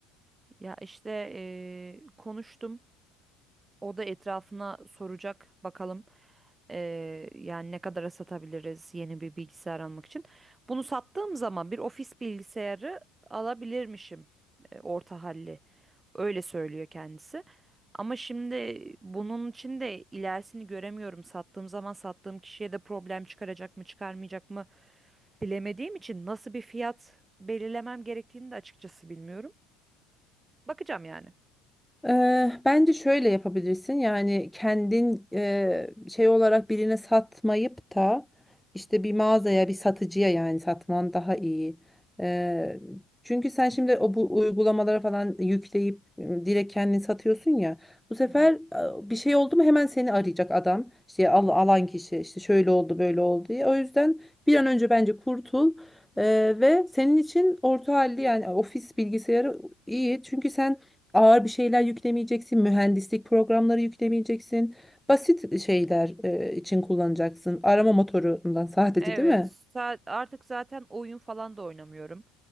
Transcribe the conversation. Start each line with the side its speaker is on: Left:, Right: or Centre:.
Right: Ya işte eee, konuştum. O da etrafına soracak bakalım. eee, yani ne kadara satabiliriz yeni bir bilgisayar almak için. Bunu sattığım zaman bir ofis bilgisayarı alabilirmişim. e, orta halli. Öyle söylüyor kendisi. Ama şimdi bunun için de ilerisini göremiyorum. Sattığım zaman sattığım kişiye de problem çıkaracak mı, çıkarmayacak mı bilemediğim için nasıl bir fiyat belirlemem gerektiğini de açıkçası bilmiyorum. Bakacağım yani.
Centre: Eee, bence şöyle yapabilirsin yani kendin eee, şey olarak birine satmayıp da işte bir mağazaya bir satıcıya yani satman daha iyi. Eee, çünkü sen şimdi o bu uygulamalara falan yükleyip e, direkt kendin satıyorsun ya bu sefer
Right: Hı hı.
Centre: e, bir şey oldu mu hemen seni arayacak adam işte al, alan kişi işte şöyle oldu böyle oldu diye. O yüzden bir an önce bence kurtul Eee, ve senin için orta halli yani ofis bilgisayarı iyi çünkü sen ağır bir şeyler yüklemeyeceksin, mühendislik programları yüklemeyeceksin. Basit şeyler e, için kullanacaksın. Arama motorundan sadece
Right: Evet,
Centre: değil mi?
Right: sa- artık zaten oyun falan da oynamıyorum.